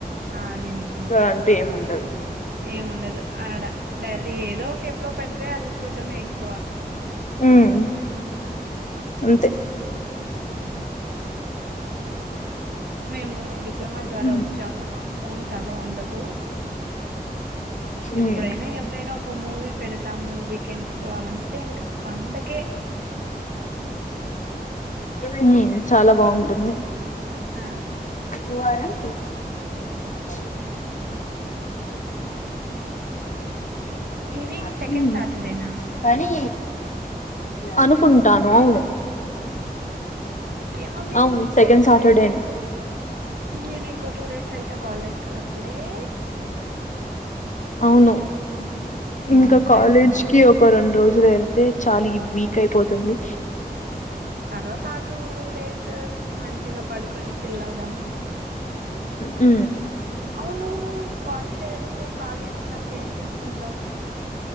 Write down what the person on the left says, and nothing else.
అంటూ ఏమి ఉండదు
హమ్ అంతే
ఉమ్
ఉమ్
ఉమ్ చాలా బాగుంటుంది
గురువారం <inaudible>
అ <inaudible>
కానీ అనుకుంటాను అవును
అవును
సెకండ్
సాటర్డేనే
అవును
ఇంకా కాలేజ్
కి ఒక రెండు రోజులు వెళ్తే చాలు ఈ వీక్ కైపోతుంది
ఉమ్